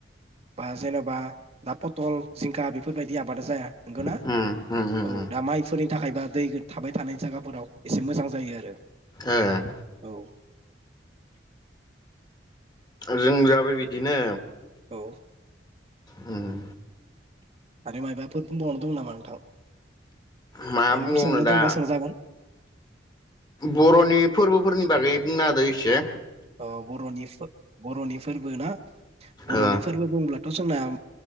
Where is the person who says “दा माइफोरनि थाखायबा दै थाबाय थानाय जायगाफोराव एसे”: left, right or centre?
Right